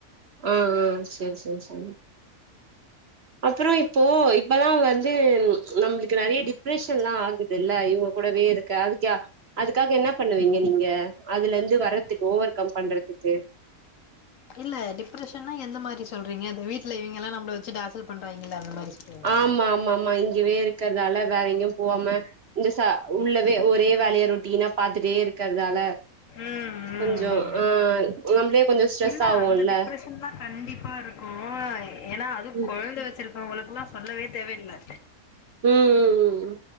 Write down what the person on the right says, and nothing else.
ஆ சேரி சேரி சேரி அப்புறோ இப்போ இப்பல்லாம் வந்து நம்மளுக்கு நெறைய டிப்ரெஷன்ல்லா ஆகுது இல்ல இவங்க கூடவே இருக்க அதுக்க அதுக்காக என்ன பண்ணுவீங்க நீங்க அதுலந்து வர்றதுக்கு ஓவர் கம் பண்றதுக்கு
ஆமா ஆமா ஆமா இங்கவே இருக்கறதால வேற எங்கயும் போவாம இந்த ச உள்ளவே ஒரே வேலையா ரொட்டினா பாத்துட்டே இருக்கறதால
கொஞ்சோ
ஆ நம்மளே கொஞ்சோ ஸ்ட்ரெஸ்
ஆவோல்ல
ம்
ம் ம் ம்